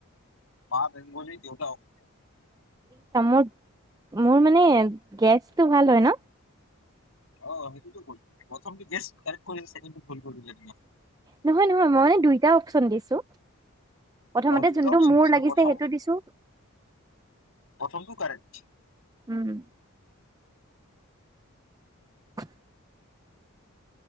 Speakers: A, on the left; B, on the right.
A: মা বেংগলী দেউতা অসমীয়া।
B: <inaudible> মোৰ মানে এ, গেছটো ভাল হয় ন?
A: অ', সেইটোতো ক'লো, প্ৰথমটো গেছ কাৰেক্ট কৰিলে চেকেণ্ডটো ভুল কৰিলে তোমাক।
B: নহয়, নহয়, মই মানে দুইটা অপচন দিছোঁ। প্ৰথমতে
A: আৰু দুটা
B: যোনটো
A: অপচন
B: মোৰ
A: দিছিলে
B: লাগিছে
A: প্ৰথম
B: সেইটো দিছোঁ।
A: প্ৰথমটো কাৰেক্ট
B: উম। <inaudible>